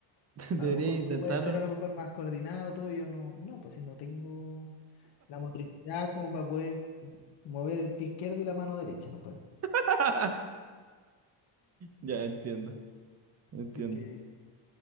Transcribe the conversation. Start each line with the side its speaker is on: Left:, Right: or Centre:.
Right: Debería
Left: A lo mejor
Right: intentarlo,
Left: tú puedes ser
Right: ¿no?
Left: a lo mejor más coordinado, todo, yo no, no, pues si no tengo... La motricidad como para poder mover el pie izquierdo y la mano derecha, no puedo.
Right: <laughs> Ya entiendo, entiendo.
Left: Así que,